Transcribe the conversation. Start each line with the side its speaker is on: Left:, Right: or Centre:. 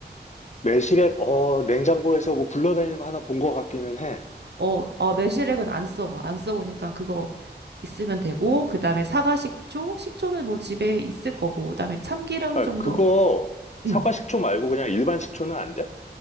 Left: 매실액, 어, 냉장고에서 뭐 굴러다니는 거 하나 본 것 같기는 해.
Right: 어, 어, 매실액은 안 써고 안 써보니까 그거 있으면 되고 그다음에 사과 식초, 식초는 뭐 집에 있을 거고 그다음에 참기름
Left: 아,
Right: 정도.
Left: 그거 사과
Right: 응.
Left: 식초 말고 그냥 일반 식초는 안 돼?